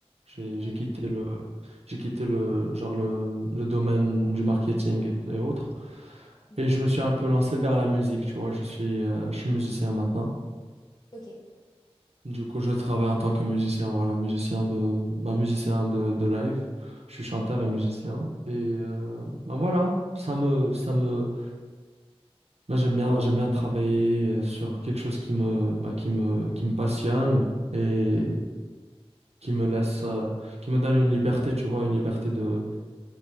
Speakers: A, on the right; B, on the left.
A: J'ai, j'ai
B: Mhm.
A: quitté le, j'ai quitté le, genre le, le domaine du marketing et, et autres.
B: Mhm.
A: Et je me suis un peu lancé vers la musique, tu vois. Je suis, euh, je suis musicien maintenant.
B: Ok.
A: Du coup, je travaille en tant que musicien, voilà, musicien de, bah, musicien de, de live. Je suis chanteur et musicien. Et euh, bah, voilà, ça me, ça me, moi, j'aime bien, j'aime bien travailler euh, sur quelque chose qui me, bah, qui me, qui me passionne et
B: Mm.
A: qui me laisse, euh, qui me donne une liberté, tu vois, une liberté de,